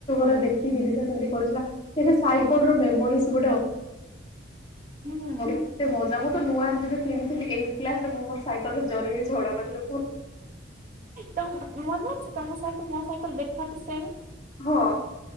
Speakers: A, on the left; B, on the right.
A: ରୁ ଦେଖ ଥିଲି ସେ କେମିତି କରୁଥିଲା ସାଇକଲ ର ମେମୋରୀସ ଗୋଟେ ହ
B: ହୁଁ
A: <inaudible> ସେ ମଜା ମୁଁ ତ ନୂଆ ରେ ଯେବେ କିଣିଥିଲି ଏଇଟ୍ କ୍ଲାସ ରେ ମୁଁ ମୋ ସାଇକେଲରେ ଜରି ବିି ଛଡଉନଥିଲି।
B: ତ ମନେ ଅଛି ତମ ସାଇକେଲ ମୋ ସାଇକେଲ ଦେଖିଆକୁ ସେମ।
A: ହଁ।